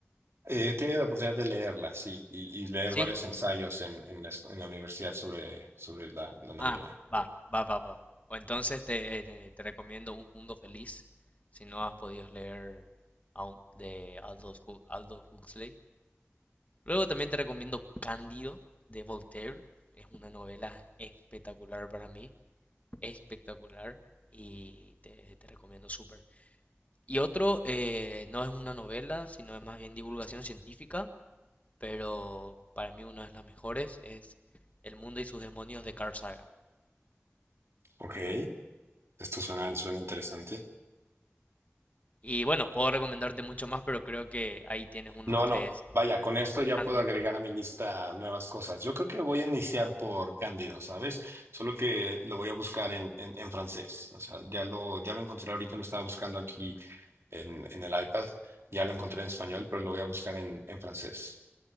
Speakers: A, on the right (about 70°); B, on the left (about 35°).
A: Eh, he tenido la oportunidad de leerla, sí, y, y leer
B: Sí.
A: varios ensayos en, en la, escu- en la universidad sobre, sobre la, la novela.
B: Ah, va, va, va, va. O entonces te, eh, te, te recomiendo Un Mundo Feliz, si no has podido leer aún, de Aldous, Hu- Aldous Huxley. Luego también te recomiendo Cándido, de Voltaire. Es una novela espectacular para mí, espectacular, y te, te recomiendo súper. Y otro, eh, no es una novela, sino es más bien divulgación científica, pero para mí una de las mejores es El mundo y sus demonios de Carl Sagan.
A: Ok, esto suena, suena interesante.
B: Y bueno, puedo recomendarte mucho más, pero creo que ahí tienes unos
A: No,
B: tres.
A: no, vaya, con esto ya
B: Andy.
A: puedo agregar a mi lista nuevas cosas. Yo creo que voy a iniciar por Cándido, ¿sabes? Solo que lo voy a buscar en, en, en francés. O sea, ya lo, ya lo encontré ahorita, lo estaba buscando aquí en, en el iPad. Ya lo encontré en español, pero lo voy a buscar en, en francés.